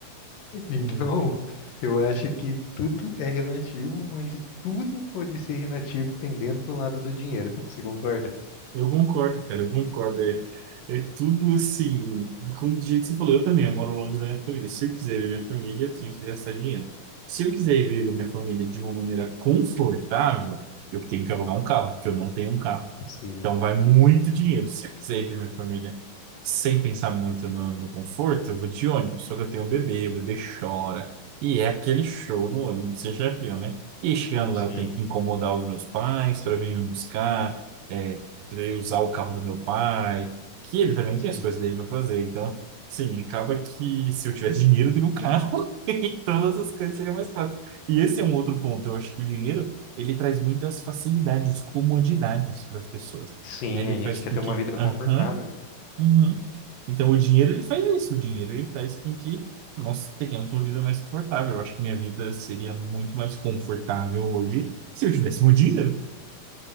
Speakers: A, on the left; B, on the right.
A: Então,
B: Hum,
A: eu acho que tudo é relativo, mas tudo pode ser relativo pendendo pro lado do dinheiro. Você concorda?
B: Eu concordo, cara, eu concordo. É, é tudo assim, como de jeito que você falou, eu também, eu moro longe da minha família. Se eu quiser ver minha família, eu tenho que gastar dinheiro. Se eu quiser ver minha família de uma maneira confortável, eu tenho que alugar um carro, porque eu não tenho um carro.
A: Sim,
B: Então vai muito dinheiro. Se eu quiser ir ver minha família sem pensar muito no, no conforto, eu vou de ônibus. Só que eu tenho um bebê, o bebê chora. E é aquele show no ônibus, você já viu, né? E chegando lá,
A: sim,
B: eu tenho que incomodar os meus pais para vir me buscar, é, pra eu usar o carro do meu pai, que ele também tem
A: sim.
B: as coisas dele para fazer. Então, sim, acaba que se eu tivesse dinheiro, eu teria um carro <laughs> e todas as coisas seriam mais fáceis. E esse é um outro ponto. Eu acho que o dinheiro ele traz muitas facilidades, comodidades para as pessoas.
A: Sim,
B: né? Ele
A: a gente
B: faz com
A: quer ter
B: que,
A: uma vida
B: aham,
A: confortável.
B: uhum. Então, o dinheiro, ele faz isso. O dinheiro, ele faz com que nós tenhamos uma vida mais confortável. Eu acho que minha vida seria muito mais confortável hoje se eu tivesse meu dinheiro.